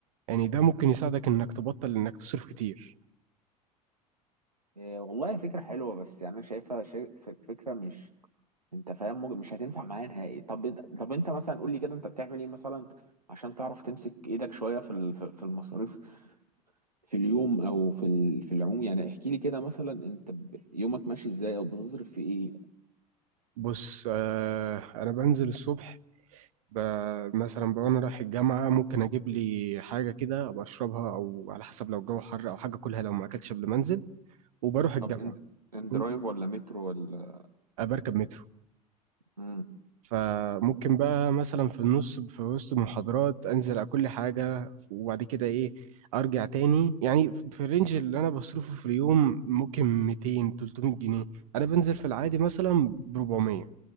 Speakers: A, on the right (about 60°); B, on the right (about 80°).
A: يعني ده ممكن يساعدك انك تبطل انك تصرف كتير
B: إيه والله فكره حلوه بس يعني انا شايفها شيء- ف- فكره مش انت فاهم مج- مش هتنفع معايا نهائي طب انت- طب انت مثلا قول لي كده انت بتعمل ايه مثلا عشان تعرف تمسك ايدك شويه في ال- في في المصاريف في اليوم او في ال... في العموم يعني احكي لي كده مثلا انت ب- يومك ماشي ازاي او بتصرف في ايه
A: بص آه، انا بنزل الصبح ب- مثلا بقى انا رايح الجامعة ممكن اجيب لي حاجة كده ابقى اشربها او على حسب لو الجو حر او حاجة كلها لو ما اكلتش قبل ما انزل وبروح الجامعة
B: طب ان ان درايف
A: أبقى
B: ولا مترو ولا
A: بركب مترو
B: امم
A: فممكن بقى مثلا في النص في وسط محاضرات انزل اكل حاجه وبعد كده ايه ارجع تاني يعني في الرينج اللي انا بصرفه في اليوم ممكن 200 300 جنيه انا بنزل في العادي مثلا ب 400